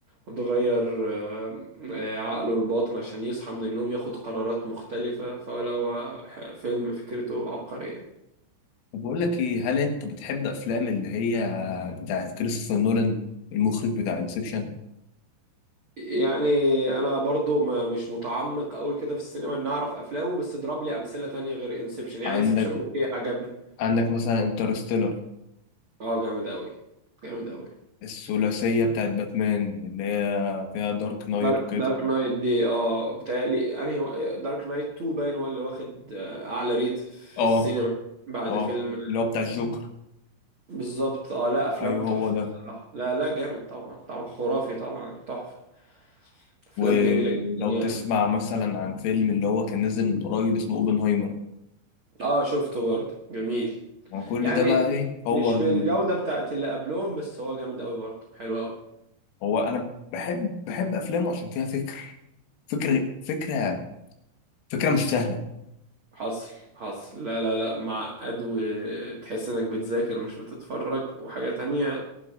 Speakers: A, on the right; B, on the left.
A: وتغير آه، آه، عقله الباطن عشان يصحى من النوم ياخد قرارات مختلفة فلو ح- فيلم فكرته عبقرية
B: طب بقول لك ايه هل انت بتحب افلام اللي هي بتاعت كريستوفر نولان المخرج بتاع انسبشن
A: يعني انا برضو ما مش متعمق قوي كده في السينما ان اعرف افلامه بس اضرب لي امثلة تانية غير انسبشن يعني
B: عندك
A: انسبشن اوكي عجبني
B: عندك مثلا انترستيلر
A: اه جامد قوي جامد قوي
B: الثلاثيه بتاعت باتمان اللي هي فيها دارك نايت
A: دارك
B: وكده
A: دارك نايت دي اه بتهيألي انهي دارك نايت 2 باين هو اللي واخد آه، اعلى ريت في
B: اه
A: السينما بعد
B: اه
A: فيلم
B: اللي هو بتاع الجوكر
A: بالظبط اه لا افلام
B: ايوه
A: تحفه
B: هو ده
A: بصراحه لا لا جامد طبعا طبعا خرافي طبعا تحفه افلام
B: ولو
A: جميله جدا يعني
B: تسمع مثلا عن فيلم اللي هو كان نازل من قريب اسمه اوبنهايمر
A: اه شفته برضه جميل
B: ما كل
A: يعني
B: ده بقى
A: م-
B: ايه هو
A: مش
B: ال...
A: بالجوده بتاعت اللي قبلهم بس هو جامد قوي برضه حلو قوي
B: هو انا بحب بحب افلامه عشان فيها فكر فكر فكره فكره مش سهله
A: حصل حصل لا لا لا معقد وتحس انك بتذاكر مش بتتفرج وحاجه تانية